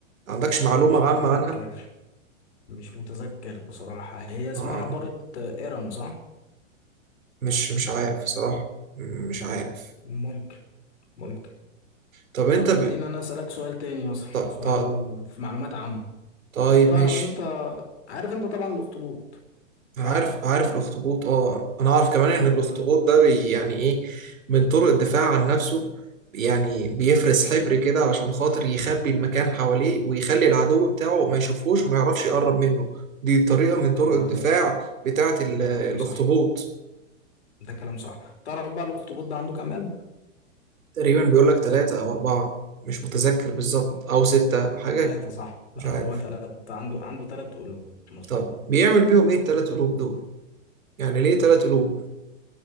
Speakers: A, on the right (about 85°); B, on the left (about 55°).
A: ما عندكش
B: لا
A: معلومه
B: مش
A: عامه
B: متذكر
A: عنها
B: مش متذكر بصراحة هي اسمها
A: اه
B: حضارة إرم صح؟
A: مش مش عارف صراحه مش عارف
B: ممكن ممكن
A: طب انت
B: طب خليني
A: ب...
B: أنا أسألك سؤال تاني مثلا
A: ط...
B: سؤال
A: ط...
B: في معلومات عامة
A: طيب
B: تعرف
A: ماشي
B: أنت عارف أنت طبعا الأخطبوط صح؟
A: أنا عارف عارف الاخطبوط اه انا اعرف كمان
B: طب
A: ان الاخطبوط
B: ال-
A: ده بي يعني ايه من طرق الدفاع عن نفسه يعني بيفرز حبر كده علشان خاطر يخبي المكان حواليه ويخلي العدو بتاعه ما يشوفوش وما يعرفش يقرب منه دي طريقة من طرق
B: ده
A: الدفاع بتاعة ال-
B: ده
A: الاخطبوط
B: كلام صح ده كلام صح تعرف بقى الأخطبوط ده عنده كام قلب؟
A: تقريبا بيقول لك ثلاثة او اربعة مش متذكر بالظبط
B: مم،
A: او ستة حاجة
B: تلاتة صح لا
A: مش عارف
B: هو تلات عنده عنده تلات قلوب مظبوط
A: طب بيعمل بيهم ايه التلات قلوب دول يعني ليه تلات قلوب